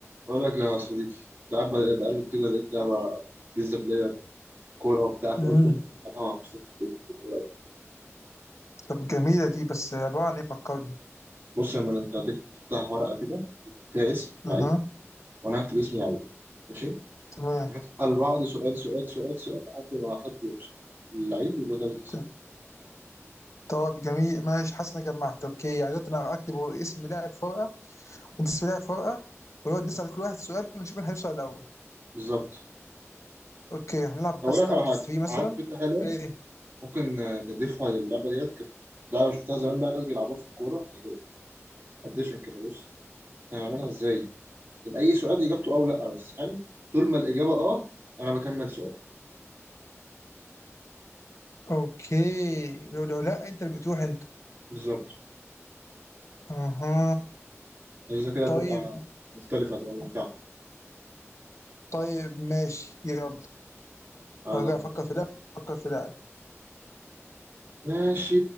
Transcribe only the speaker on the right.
بقول لك يا صديقي كنت قاعد بقلب كده لقيت لعبة جيزة بلاير كورة وبتاع فقلت
ما أنا مصطفى في الإيد الكورة.
بص يا مان أنت هتك- هتفتح ورقة كده فيها اسم لعيب
وأنا هكتب اسم لعيب ماشي
هنسأل بعض سؤال سؤال سؤال سؤال لحد ما حد يوصل اللعيب يبقى ده اللي كسب
تمام.
بالظبط
هقول
لك على
حاجة
عندي فكرة حلوة
ممكن آه، نضيفها للعبة ديت كده لعبة شفتها زمان بقى ناس بيلعبوها في الكورة يعني أديشن كده بص هنعملها إزاي اي سؤال اجابته او لا بس حلو طول ما الاجابه اه انا بكمل سؤال
بالظبط
عشان كده تبقى
مختلفه تبقى ممتعه
هذا
ماشي